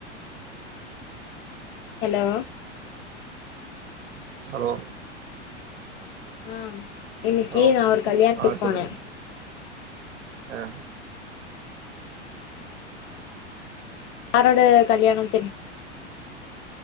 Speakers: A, on the left; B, on the right.
A: ஹலோ
B: ஹலோ
A: ஆ இன்னைக்கி
B: ஹலோ
A: நா ஒரு கல்யாண்திக்
B: ஆ சொல்லு
A: போன
B: ஆ
A: ஆரோட கல்யாணம் தெரிஞ்